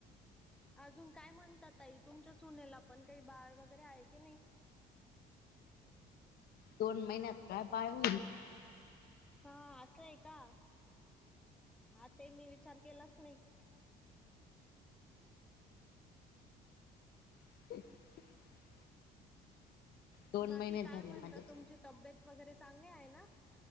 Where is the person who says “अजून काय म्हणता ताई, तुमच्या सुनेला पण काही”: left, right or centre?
Centre